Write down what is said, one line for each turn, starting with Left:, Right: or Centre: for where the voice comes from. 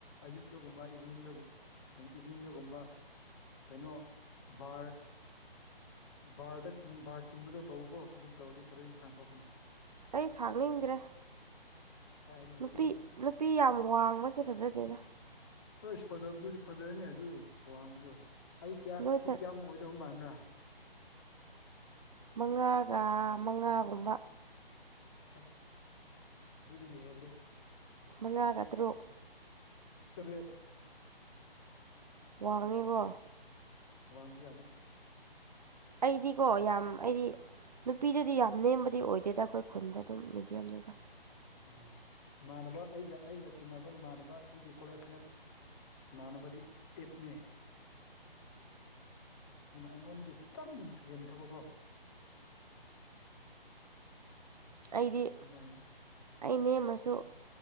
Left: ꯑꯌꯨꯛꯇꯒꯨꯝꯕ ꯏꯚꯤꯅꯤꯡꯗ ꯀꯩꯅꯣ ꯏꯚꯤꯅꯤꯡꯗꯒꯨꯝꯕ ꯀꯩꯅꯣ ꯕꯥꯔ ꯕꯥꯔꯗꯆꯤꯡ ꯕꯥꯔ ꯆꯤꯡꯕꯗꯣ ꯇꯧꯀꯣ ꯑꯗꯨꯕꯢ ꯇꯧꯔꯗꯤ ꯈꯔꯗꯤ ꯁꯥꯡꯊꯣꯛꯀꯅꯤ
Right: ꯑꯩ ꯁꯥꯡꯅꯤꯡꯗ꯭ꯔꯦ
Left: ꯀꯥꯏꯗꯒꯤ
Right: ꯅꯨꯄꯤ
Left: ꯑꯗꯨ
Right: ꯅꯨꯄꯤ ꯌꯥꯝ ꯋꯥꯡꯕꯁꯦ ꯐꯖꯗꯦꯗ
Left: ꯍꯩꯁ ꯐꯖꯕꯗꯨꯗꯤ ꯐꯖꯔꯅꯤ ꯑꯗꯨ ꯋꯥꯡꯕꯗꯣ ꯑꯩ
Right: ꯑꯁ
Left: ꯀꯌꯥ
Right: ꯅꯣꯏ
Left: ꯐꯤꯠ ꯀꯌꯥꯃꯨꯛ ꯑꯣꯏꯗꯧꯕ ꯃꯥꯟꯕ꯭ꯔꯥ
Right: ꯃꯉꯥꯒ ꯃꯉꯥꯒꯨꯝꯕ
Left: ꯑꯁ ꯑꯗꯨꯗꯒꯤ ꯍꯦꯜꯂꯦ
Right: ꯃꯉꯥꯒ ꯇꯔꯨꯛ
Left: ꯇꯔꯦꯠ
Right: ꯋꯥꯡꯉꯦꯀꯣ
Left: ꯋꯥꯥꯡ ꯕꯖꯥꯅꯤ
Right: ꯑꯩꯗꯤꯀꯣ ꯌꯥꯝ ꯑꯩꯗꯤ ꯅꯨꯄꯤꯗꯗꯤ ꯌꯥꯝ ꯅꯦꯝꯕꯗꯤ ꯑꯣꯏꯗꯦꯗ ꯑꯩꯈꯣꯏ ꯈꯨꯟꯗ ꯑꯗꯨꯝ ꯃꯦꯗꯤꯌꯝꯅꯤꯗ
Left: ꯑꯣ ꯏꯃꯥꯟꯅꯕ ꯑꯩꯒ ꯑꯩꯒ ꯇꯤꯟꯅꯕ ꯏꯃꯥꯟꯅꯕ ꯑꯩꯒꯤ ꯀꯣꯂꯦꯖꯃꯦꯠ ꯏꯃꯥꯟꯅꯕꯗꯤ ꯑꯦꯠꯅꯦ
Right: <unintelligible>
Left: ꯑꯗꯨꯅ ꯑꯩꯉꯣꯟꯗꯒꯤ ꯈꯤꯇꯪ ꯍꯦꯟꯈꯕꯀꯣ
Right: ꯑꯩꯗꯤ
Left: ꯅꯨꯡꯉꯥꯏꯇ꯭ꯔ
Right: ꯑꯩ ꯅꯦꯝꯃꯁꯨ